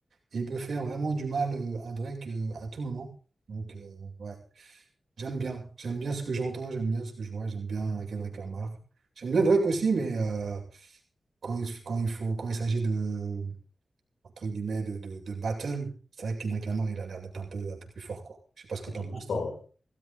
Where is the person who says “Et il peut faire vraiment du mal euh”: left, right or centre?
Right